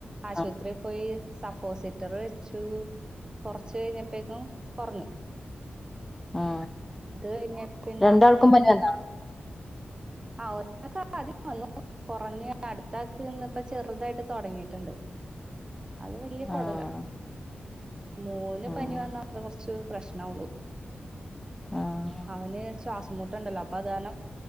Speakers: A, on the right; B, in the centre.
A: ആശുപത്രി
B: ആഹ്
A: പോയി സപ്പോസിറ്ററ് വെച്ചു കുറച്ച് കഴിഞ്ഞപ്പോക്കും കുറഞ്ഞു
B: ആ
A: അത് കഴിഞ്ഞ പിന്നെ
B: രണ്ടാൾക്കും പനി വന്നോ
A: ആ ഒരാക്കെ ആദ്യം വന്നു കുറഞ്ഞ അടുത്താക്കന്ന് ഇപ്പ ചെറുതായിട്ട് തുടങ്ങിട്ടുണ്ട് അത് വല്ല്യപടുല്ല
B: ആഹ്
A: മൂന്ന്
B: ആഹ്
A: പനി വന്ന അത്ര കൊറച്ചു പ്രശ്ന ഉള്ളു
B: ആഹ്
A: അവന് ശ്വാസം മുട്ടുണ്ടല്ലോ അപ്പൊ അതാരണം